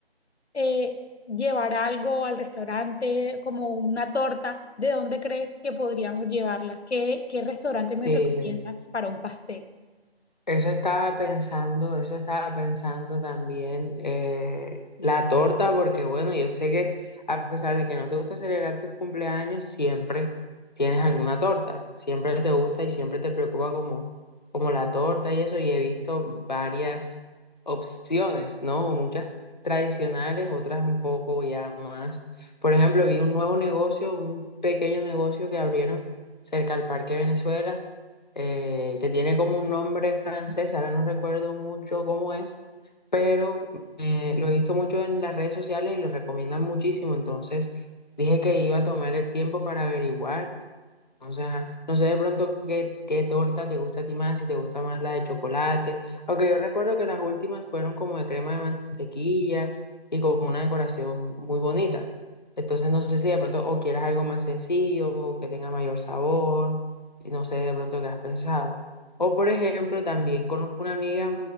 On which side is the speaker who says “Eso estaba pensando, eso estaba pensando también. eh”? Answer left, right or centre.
Left